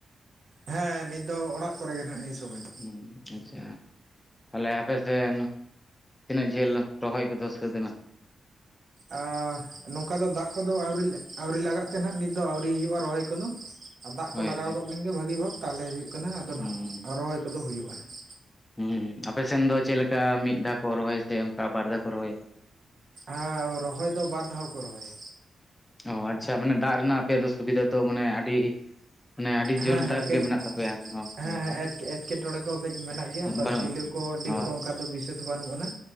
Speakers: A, on the right (about 70°); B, on the left (about 15°).
A: ᱦᱮᱸ ᱱᱤᱛ ᱫᱚ ᱚᱲᱟᱜ ᱠᱚᱨᱮᱜ ᱜᱮ ᱱᱷᱟᱜ ᱱᱤᱭᱟᱹ ᱥᱚᱢᱚᱭ ᱫᱚ᱾
B: ᱦᱩᱸ, ᱟᱪᱪᱷᱟ᱾ ᱛᱟᱦᱞᱮ ᱟᱯᱮ ᱥᱮᱱ ᱛᱤᱱᱟᱹᱜ ᱡᱷᱟᱹᱞ ᱨᱚᱦᱚᱭ ᱠᱚᱫᱚ ᱥᱟᱹᱛ ᱮᱱᱟ?
A: ᱟᱻ ᱱᱚᱝᱠᱟ ᱫᱚ ᱫᱟᱜ ᱠᱚᱫᱚ ᱟᱹᱣᱨᱤ ᱟᱹᱣᱨᱤ ᱞᱟᱜᱟᱜ ᱛᱮ ᱱᱷᱟᱜ ᱱᱤᱛ ᱫᱚ ᱟᱹᱣᱨᱤ ᱦᱩᱭᱩᱜᱼᱟ ᱨᱚᱦᱚᱭ <unintelligible> ᱟ ᱫᱟᱜ ᱠᱚ
B: ᱦᱳᱭ
A: ᱞᱟᱜᱟᱣ
B: ᱦᱳᱭ
A: ᱜᱚᱫ ᱞᱮᱱ ᱜᱮ ᱵᱷᱟᱹᱜᱤ ᱵᱷᱟᱵᱽ᱾ ᱛᱟᱦᱞᱮ ᱦᱩᱭᱩᱜ ᱠᱟᱱᱟ, ᱟᱫᱚ
B: ᱦᱩᱸ
A: ᱱᱷᱟᱜ ᱨᱚᱦᱚᱭ ᱠᱚᱫᱚ ᱦᱩᱭᱩᱜᱼᱟ ᱦᱟᱸᱜ᱾
B: ᱦᱩᱸ ᱟᱯᱮᱥᱱ ᱫᱚ ᱪᱮᱫ ᱞᱮᱠᱟ ᱢᱤᱫ ᱫᱷᱟᱣ ᱠᱚ ᱨᱚᱦᱭᱟ ᱪᱮ ᱚᱱᱠᱟ ᱵᱟᱨ ᱫᱷᱟᱣ ᱠᱚ ᱨᱚᱦᱚᱭᱟ?
A: ᱟ ᱨᱚᱦᱚᱭ ᱫᱚ ᱵᱟᱨ ᱫᱷᱟᱣ ᱠᱚ ᱨᱚᱦᱚᱭᱟ᱾
B: ᱚ ᱟᱪᱪᱷᱟ ᱢᱟᱱᱮ ᱫᱟᱜ ᱨᱮᱱᱟᱜ ᱟᱯᱮᱭᱟᱜ ᱫᱚ ᱥᱩᱵᱤᱫᱷᱟ ᱛᱚ ᱢᱟᱱᱮ ᱟᱹᱰᱤ ᱢᱟᱱᱮ ᱟᱹᱰᱤ
A: ᱦᱮᱸ
B: ᱡᱳᱨᱫᱟᱨ
A: ᱦᱮᱸ ᱠᱟᱹᱡ
B: ᱜᱮ ᱢᱮᱱᱟᱜ ᱛᱟᱯᱮᱭᱟ ᱚ
A: ᱦᱮᱸ
B: ᱦᱳᱭ
A: ᱦᱮᱸ
B: ᱦᱳᱭ
A: ᱮᱴᱠᱮᱴᱚᱬᱮ ᱠᱚᱦᱚᱸ ᱠᱟᱹᱡ ᱢᱮᱱᱟᱜ ᱜᱮᱭᱟ ᱚᱱᱠᱟ
B: ᱵᱟᱹᱱᱩᱜᱼᱟ
A: <inaudible> ᱠᱚ ᱰᱤᱯ
B: ᱚ
A: ᱠᱚ ᱚᱱᱠᱟ ᱫᱚ ᱵᱤᱥᱮᱥ ᱵᱟᱹᱱᱩᱜ ᱟᱱᱟ